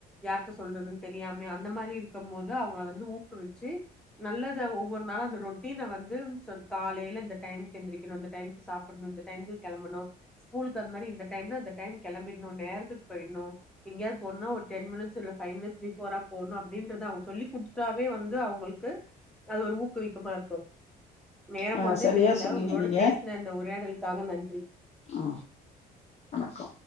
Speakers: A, in the centre; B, on the left.
A: யார்ட்ட சொல்றதுன்னு தெரியாம அந்த மாரி இருக்கம் போது அவங்கள வந்து ஊக்குவிச்சு நல்ல ஒவ்வொரு நாளு அந்த ரொட்டீன வந்து சொ காலையில இந்த டைம்க்கு எந்திரிக்கணு இந்த டைம்க்கு சாப்பிடணு இந்த டைம்க்கு கெளம்பணு ஸ்கூல் தகுந்த மாரி இந்த டைம்னா இந்த டைம்க்கு கெளம்பிர்ணு நேரத்துக்கு போய்டணு எங்கயாது போணுனா ஒரு டென் மினிட்ஸ் இல்ல ஃபைவ் மினிட்ஸ் பிஃபோரா போகணு அப்டின்றத அவுங்க சொல்லி குடுத்துட்டாவே வந்து அவங்களுக்கு அது ஒரு ஊக்குவிக்கமா இருக்கு, நேரம்
B: அ
A: போனதே
B: சரியா
A: தெரில
B: சொன்னீங்க
A: உங்களோட
B: நீங்க.
A: பேசின அந்த உரையாடலுக்காக நன்றி.
B: ஆ வணக்கம்.